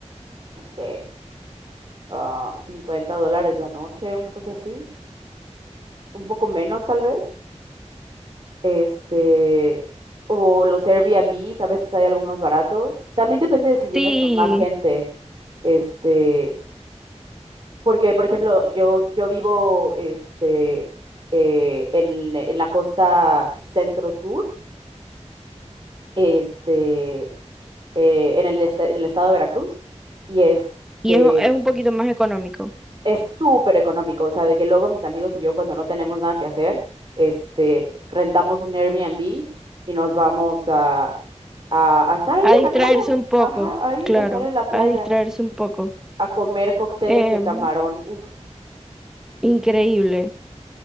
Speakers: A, on the right; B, in the centre.
A: no sé, ah, 50 dólares la noche, una cosa así, un poco menos tal vez. Este, o los Airbnbs, a veces hay algunos baratos. También depende de si vienes
B: Sí,
A: con más gente. Este, porque, por ejemplo, yo, yo vivo este, eh, en, en la costa centro-sur, este, eh, en el, este- en el estado de Veracruz, y este
B: y es, es un poquito más económico.
A: es súper económico, o sea, de que luego mis amigos y yo cuando no tenemos nada que hacer, este, rentamos un Airbnb y nos vamos a, a, a estar ahí
B: A
A: en
B: distraerse
A: la playa,
B: un poco,
A: ajá, ahí
B: claro,
A: a estar en la playa,
B: a distraerse un poco.
A: a comer cócteles
B: Em,
A: de camarón, uf.
B: increíble.